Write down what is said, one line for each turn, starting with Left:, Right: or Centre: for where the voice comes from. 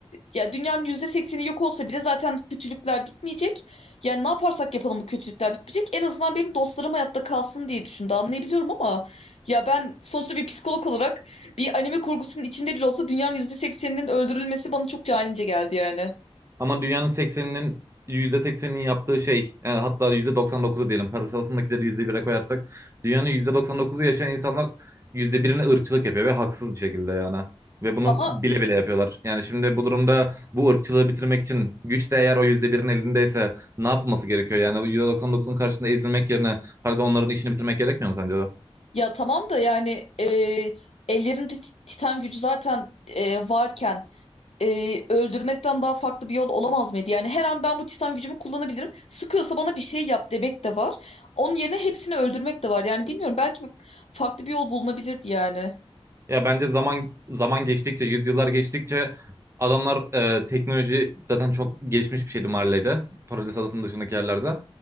Left: ya dünyanın yüzde sekseni yok olsa bile zaten kötülükler bitmeyecek. Yani ne yaparsak yapalım bu kötülükler bitmeyecek. En azından benim dostlarım hayatta kalsın diye düşündü anlayabiliyorum ama ya ben sonuçta bir psikolog olarak bir anime kurgusunun içinde bile olsa dünyanın yüzde sekseninin öldürülmesi bana çok canice geldi yani.
Right: Ama dünyanın sekseninin yüzde %80'inin yaptığı şey yani hatta %99'u diyelim parasalsındakileri %1'e koyarsak dünyanın %99'u yaşayan insanlar yüzde birine ırkçılık yapıyor ve haksız bir şekilde yani. Ve bunu
Left: Ama
Right: bile bile yapıyorlar. Yani şimdi bu durumda bu ırkçılığı bitirmek için güç de eğer o yüzde birin elindeyse ne yapılması gerekiyor? Yani %99'un karşısında ezilmek yerine pardon onların işini bitirmek gerekmiyor mu sence de?
Left: ya tamam da yani e, ellerinde tit- titan gücü zaten e, varken e, öldürmekten daha farklı bir yol olamaz mıydı? Yani her an ben bu titan gücümü kullanabilirim. Sıkıyorsa bana bir şey yap demek de var. Onun yerine hepsini öldürmek de var. Yani bilmiyorum belki farklı bir yol bulunabilirdi yani.
Right: Ya bence zaman zaman geçtikçe, yüzyıllar geçtikçe adamlar e, teknoloji zaten çok gelişmiş bir şeydi Marley'de. Paradis Adası'nın dışındaki yerlerde.